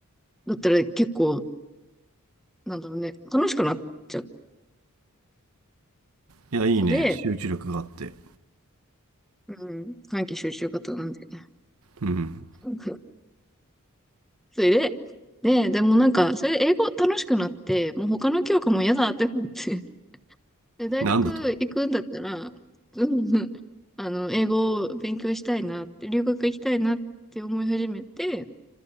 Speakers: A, in the centre; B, on the right (about 70°).
A: だったら結構、なんだろうね、楽しくなっちゃっ
B: いや、いいね。
A: たで、
B: 集中力があって。
A: うん、短期集中型なんでね。
B: うん。
A: <laughs> うんそれで、で、でもなんか、それで英語楽しくなって、もう他の教科も嫌だって思って、で、大学行くんだったら、
B: なんだと。
A: うんうん、あの、英語を勉強したいなって、留学行きたいなって思い始めて、